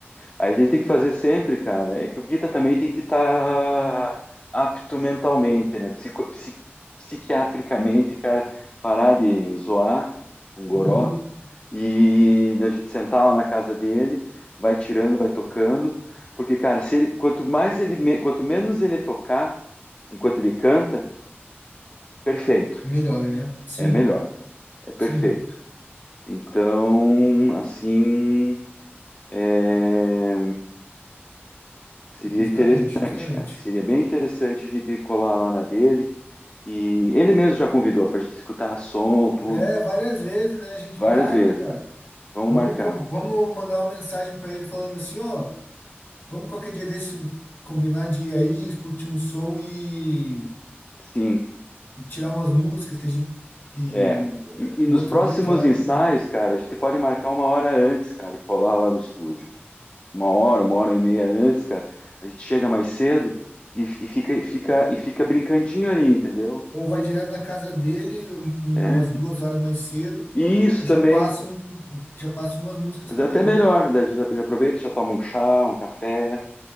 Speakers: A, on the left; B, on the left.
A: A gente tem que fazer sempre, cara, é que o guita também tem que estar apto mentalmente, né? Psico, psi- psiquiatricamente, cara, parar de zoar um goró
B: Uhum.
A: e da gente sentar lá na casa dele, vai tirando, vai tocando, porque, cara, se ele, quanto mais ele, me- quanto menos ele tocar enquanto ele canta, perfeito,
B: Melhor, né? Sim.
A: é melhor, é perfeito.
B: Sim,
A: Então, assim, é. Seria
B: justamente,
A: interessante,
B: justamente.
A: cara. Seria bem interessante a gente colar lá na dele. E ele mesmo já convidou pra gente escutar som, tudo,
B: É, várias vezes, né? A gente
A: várias
B: marca,
A: vezes.
B: cara.
A: Vamos
B: Vamos,
A: marcar.
B: co- vamos mandar uma mensagem pra ele falando assim, ó, vamos qualquer dia desse combinar de ir aí, curtir um som e,
A: Sim,
B: e tirar umas músicas que a gente que
A: é.
B: eh,
A: E, e
B: o
A: nos
B: outro
A: próximos
B: guita lá,
A: ensaios,
B: né?
A: cara, a gente pode marcar uma hora antes, cara, e colar lá no estúdio. Uma hora, uma hora e meia antes, cara. A gente chega mais cedo e, e fica, e fica, e fica brincandinho ali, entendeu?
B: Ou vai direto na casa dele um- umas
A: É.
B: duas horas mais cedo
A: E isso
B: e
A: também.
B: já passam e já passam umas músicas
A: Mas
B: também,
A: é até melhor,
B: né?
A: né? Já já aproveita, já toma um chá, um café.